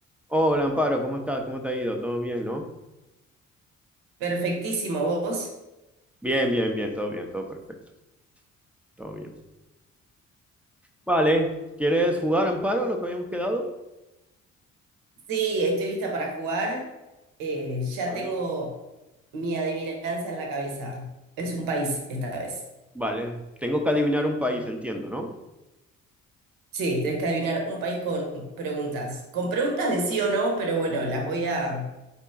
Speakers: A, in the centre; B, on the right (about 60°).
A: Hola, Amparo, ¿cómo estás? ¿Cómo te ha ido? ¿Todo bien, no?
B: Perfectísimo, vos.
A: Bien, bien, bien, todo bien, todo perfecto, todo bien. Vale, ¿quieres jugar, Amparo, a lo que habíamos quedado?
B: Sí, estoy lista para jugar. Eh, ya
A: Vale.
B: tengo mi adivinanza en la cabeza. Es un país esta vez.
A: Vale, tengo que adivinar un país, entiendo, ¿no?
B: Sí, tenés que adivinar un país con preguntas. Con preguntas de sí o no, pero bueno, las voy a...